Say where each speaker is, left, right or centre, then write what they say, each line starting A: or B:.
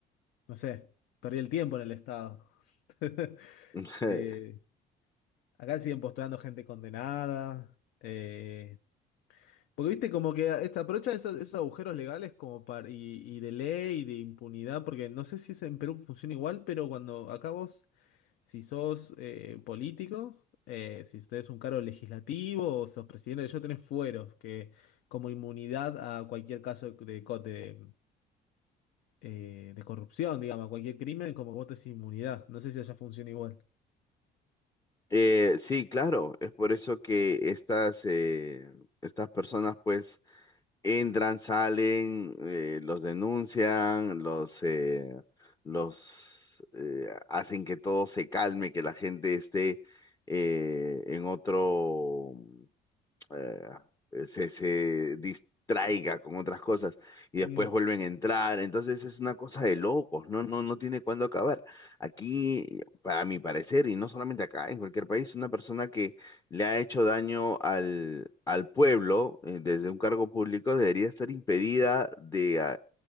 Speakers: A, on the left; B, on the left.
A: No sé, perdí el tiempo en el Estado. <laughs>
B: <laughs>
A: Eh, acá siguen postulando gente condenada. eh, porque viste, como que es- aprovechan esos, esos agujeros legales como para, y, y de ley y de impunidad, porque no sé si es en Perú funciona igual, pero cuando acá vos, si sos eh, político, eh, si tenés un cargo legislativo o sos presidente, yo tenés fueros, que como inmunidad a cualquier caso de, cote eh, de corrupción, digamos, a cualquier crimen, como que vos tenés inmunidad. No sé si allá funciona igual.
B: Eh, sí, claro, es por eso que estas, eh, estas personas pues entran, salen, eh, los denuncian, los, eh, los eh, hacen que todo se calme, que la gente esté eh, en otro, eh, se, se distraiga con otras cosas y
A: Mm.
B: después vuelven a entrar. Entonces es una cosa de locos, no, no, no tiene cuándo acabar. Aquí, para mi parecer, y no solamente acá, en cualquier país, una persona que le ha hecho daño al, al pueblo eh, desde un cargo público debería estar impedida de, ah,